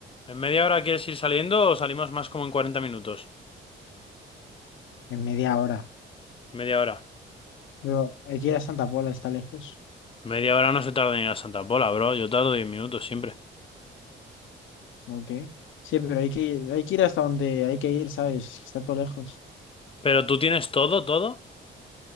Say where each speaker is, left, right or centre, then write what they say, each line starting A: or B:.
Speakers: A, on the left; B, on the left.
A: ¿En media hora quieres ir saliendo o salimos más como en 40 minutos?
B: En media hora.
A: Media hora.
B: Pero aquí a Santa Pola está lejos.
A: Media hora no se tarda ni ir a Santa Pola, bro. Yo tardo diez minutos siempre.
B: Ok. Sí, pero hay que ir, hay que ir hasta donde hay que ir, ¿sabes? Está todo lejos.
A: ¿Pero tú tienes todo, todo?